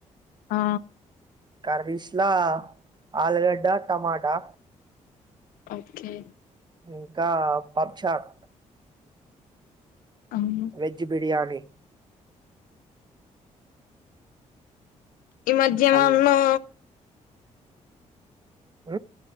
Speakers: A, on the left (about 80°); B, on the right (about 30°).
A: ఆ
B: కర్రీస్లా ఆలుగడ్డ, టమాటా
A: ఓకే
B: ఇంకా పప్చార్
A: అవును
B: వెజ్ బిర్యాని
A: ఈ మధ్యమంలో
B: అం ఊ